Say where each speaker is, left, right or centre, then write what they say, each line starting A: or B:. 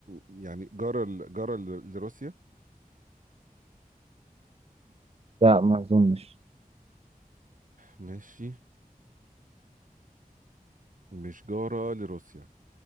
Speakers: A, on the right; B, on the right.
A: يعني جارة ل... جارة ل... لروسيا
B: لا ما اظنش
A: ماشي مش جارة لروسيا